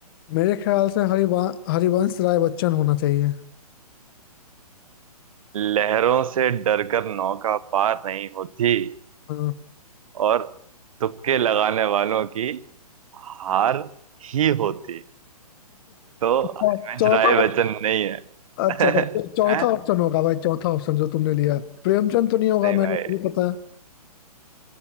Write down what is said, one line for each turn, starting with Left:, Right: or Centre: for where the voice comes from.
Left: मेरे ख्याल से हरिवा हरिवंश राय बच्चन होना चाहिए
Right: लहरों से डरकर नौका पार नहीं होती
Left: हाँ
Right: और तुक्के लगाने वालों की हार ही होती तो
Left: चौ-
Right: हरिवंश
Left: चौथा
Right: राय
Left: ऑप-
Right: बच्चन नहीं है
Left: अच्छा
Right: <laughs>
Left: तो चौथा
Right: हैं?
Left: ऑप्शन होगा भाई चौथा ऑप्शन जो तुमने लिया प्रेमचंद तो नहीं होगा
Right: नहीं भाई
Left: मैंने ये पता है